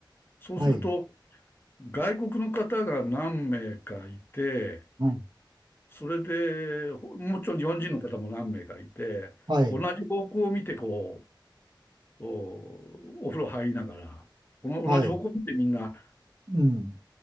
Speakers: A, on the left; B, on the right.
A: そうすると、
B: はい。
A: 外国の方が何名かいて、
B: はい。
A: それで、ほもちろん日本人の方も何名かいて、
B: はい。
A: 同じ方向を見て、こう、お、お風呂入りながら、この同じ方向を見てみんな、
B: はい。うん。